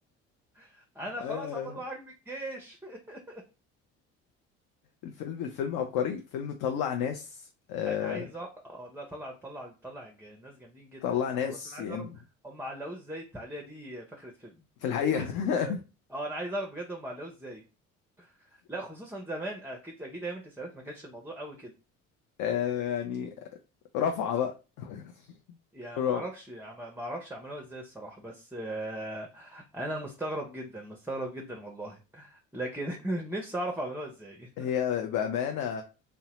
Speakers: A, in the centre; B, on the left (about 55°).
A: <laughs> انا
B: آه
A: خلاص هطلعك من الجيش <laughs>
B: الفيلم الفيلم عبقري الفيلم طلع ناس آه
A: انا عايز اعرف اه لا طلع طلع طلع الج- الناس جامدين جدا
B: طلع
A: الصراحة
B: ناس
A: بس انا عايز
B: يعني
A: اعرف هم علقوه ازاي التعليقة دي في آخرة فيلم
B: في الحقيقه
A: بجسمه ده
B: <laughs>
A: اه انا عايز اعرف بجد هم علقوه ازاي لا خصوصا زمان اكيد اكيد ايام التسعينات ما كانش الموضوع قوي كده
B: آه يعني رفعه بقى <laughs>
A: يعني
B: رفعة.
A: ما اعرفش عم- ما اعرفش عملوها ازاي الصراحه بس آه، انا مستغرب جدا مستغرب جدا والله لكن <laughs> نفسي اعرف عملوها ازاي
B: هي بامانه